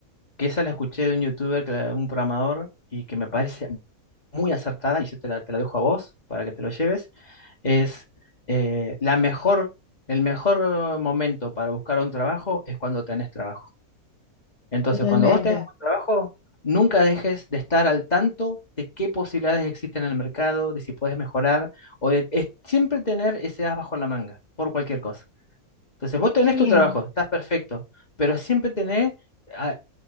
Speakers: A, on the left; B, on the left.
A: que esa la escuché de un youtuber, que la- un programador, y que me parece muy acertada, y yo te la, te la dejo a vos para que te lo lleves, es eh, la mejor, el mejor momento para buscar un trabajo es cuando tenés trabajo. Entonces,
B: Totalmente.
A: cuando vos tengas un trabajo, nunca dejes de estar al tanto de qué posibilidades existen en el mercado, de si puedes mejorar, o de es siempre tener ese as bajo la manga por cualquier cosa. Entonces, vos tenés
B: Qué bien.
A: tu trabajo, estás perfecto, pero siempre tenés ah,